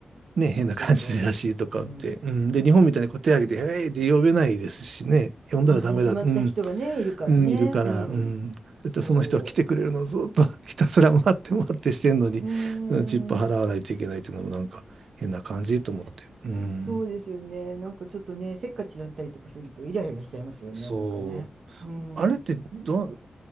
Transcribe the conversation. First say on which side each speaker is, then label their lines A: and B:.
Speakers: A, on the right; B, on the right.
A: ね、変な感じらしいとかって、
B: そうそうそう。うん。
A: うん、で、日本みたいにこう手挙げて、えいって呼べないですしね、呼んだらダメだ、
B: 母も決まった人がね、
A: うん、
B: いるからね。
A: うん、いるから、
B: うん。
A: うん。だってその人は来てくれるのをずっと
B: そ
A: <laughs> ひたすら待って待ってしてんのに、
B: う。うー
A: うん、チップ払わないといけないっていうのもなんか変な感じと思って。
B: ん。
A: うん。
B: そうですよね。なんかちょっとね、せっかちだったりとかするとイライラしちゃいますよね、
A: そう。
B: なんかね。うん。
A: あれってど、